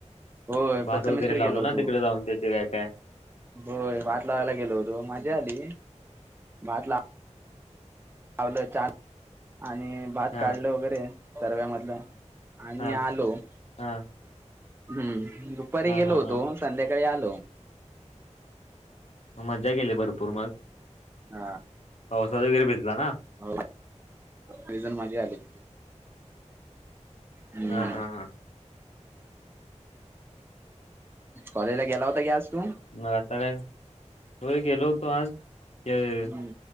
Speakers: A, on the right; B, on the left.
A: हो
B: भात
A: प्रतामसकडे
B: वगैरे लावला
A: गेलो
B: ना
A: होतो
B: तिकडे जाऊन त्याचे काय काय
A: होय भात लावायला गेलो होतो माजी आली भात ला लावलं ान आणि भात
B: हा
A: काढलं वगैरे सरव्यामधलं आणि
B: हा
A: आलो हम्म
B: हा
A: दुपारी
B: हा
A: गेलो
B: हा
A: होतो
B: हा
A: संध्याकाळी आलो <inaudible>
B: मज्जा केली भरपूर मग
A: हा
B: पावसात वगैरे भिजला ना
A: हो तजण माझी आली त हम्म
B: हा हा हा
A: कॉलेज ला गेला होता की आज तू
B: मग आता काय तोय गेलो होतो आज त्यावे
A: हम्म